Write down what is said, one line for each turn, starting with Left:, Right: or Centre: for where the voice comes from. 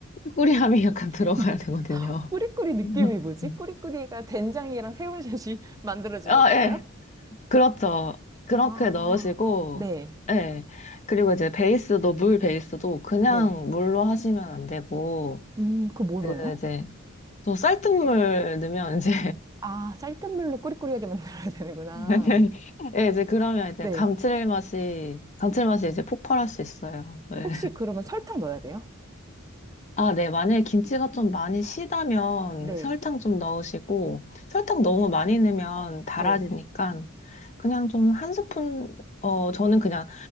Left: 꾸리리함이 약간 들어가야
Right: <laughs>
Left: 되거든요.
Right: 꾸리꾸리 느낌이
Left: <laughs>
Right: 뭐지? 꾸리꾸리가 된장이랑 새우젓이 <laughs> 만들어주는
Left: 아,
Right: 건가요?
Left: 예. 그렇죠. 그렇게
Right: 아,
Left: 넣으시고,
Right: 네,
Left: 예. 그리고 이제 베이스도, 물 베이스도 그냥
Right: 네.
Left: 물로 하시면 안 되고,
Right: 음, 그 뭐넣어요?
Left: 그 이제, 또 쌀뜨물 넣으면 이제,
Right: 아, 쌀뜨물로 꾸리꾸리하게 <laughs> 만들어야 되는구나.
Left: <laughs> 예, 이제 그러면 이제
Right: 네.
Left: 감칠맛이, 감칠맛이 이제 폭발할 수 있어요. 예.
Right: 혹시 그러면 설탕 넣어야 돼요?
Left: 아, 네. 만약에 김치가 좀 많이 시다면
Right: 네,
Left: 설탕 좀 넣으시고, 설탕 너무 많이 넣으면 달아지니까,
Right: 네,
Left: 그냥 좀 한 스푼, 어, 저는 그냥